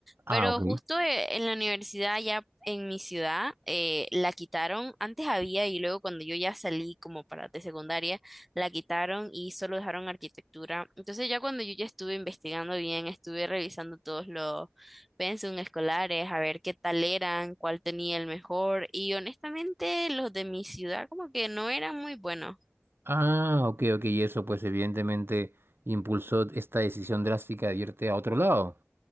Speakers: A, on the right; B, in the centre.
A: Ah,
B: pero
A: ok.
B: justo eh, en la universidad allá en mi ciudad eh, la quitaron. Antes había y luego cuando yo ya salí como para de secundaria, la quitaron y solo dejaron arquitectura. Entonces ya cuando yo ya estuve investigando bien, estuve revisando todos los pensum escolares, a ver qué tal eran, cuál tenía el mejor y honestamente los de mi ciudad como que no eran muy buenos.
A: Ah, ok, ok, y eso pues evidentemente impulsó esta decisión drástica de irte a otro lado.